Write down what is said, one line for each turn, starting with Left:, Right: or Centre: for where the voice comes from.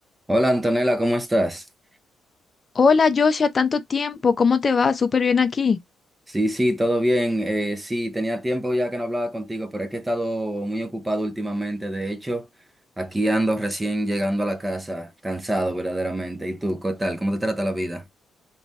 Right: Hola Antonella, ¿cómo estás?
Left: Hola Joshua, tanto tiempo, ¿cómo te va? Súper bien aquí.
Right: Sí, sí, todo bien. Eh, sí, tenía tiempo ya que no hablaba contigo, pero es que he estado muy ocupado últimamente. De hecho, aquí ando recién llegando a la casa, cansado verdaderamente. ¿Y tú, qué tal? ¿Cómo te trata la vida?